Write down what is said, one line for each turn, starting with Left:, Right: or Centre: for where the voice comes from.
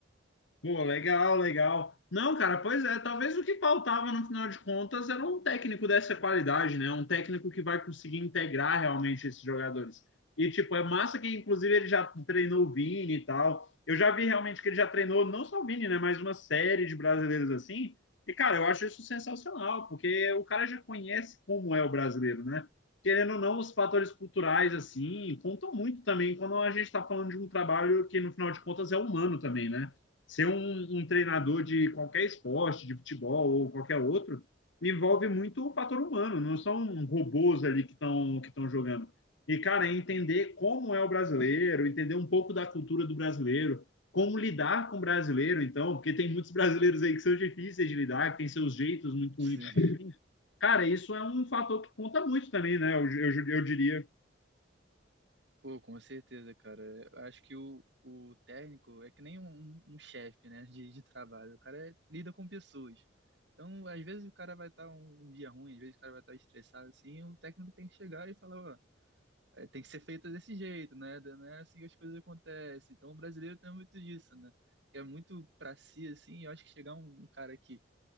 Left: Pô, legal, legal. Não, cara, pois é, talvez o que faltava no final de contas era um técnico dessa qualidade, né? Um técnico que vai conseguir integrar realmente esses jogadores. E, tipo, é massa que, inclusive, ele já treinou o Vini e tal. Eu já vi realmente que ele já treinou, não só o Vini, né? Mas uma série de brasileiros assim. E, cara, eu acho isso sensacional, porque o cara já conhece como é o brasileiro, né? Querendo ou não, os fatores culturais, assim, contam muito também quando a gente está falando de um trabalho que, no final de contas, é humano também, né? ser um, um treinador de qualquer esporte, de futebol ou qualquer outro, envolve muito o fator humano, não são robôs ali que estão que estão jogando. E, cara, é entender como é o brasileiro, entender um pouco da cultura do brasileiro, como lidar com o brasileiro, então, porque tem muitos brasileiros aí que são difíceis de lidar, que têm seus jeitos muito
Right: Sim.
Left: únicos. Cara, isso é um fator que conta muito também, né? Eu, eu, eu diria.
Right: Pô, com certeza, cara. Eu Acho que o, o técnico é que nem um, um um chefe, né, de, de trabalho. O cara é- lida com pessoas. Então, às vezes o cara vai estar um um dia ruim, às vezes o cara vai estar estressado, assim, e o técnico tem que chegar e falar, ó, é, tem que ser feita desse jeito, né? Não é assim que as coisas acontecem. Então, o brasileiro tem muito disso, né? É muito pra si, assim, e eu acho que chegar um, um cara que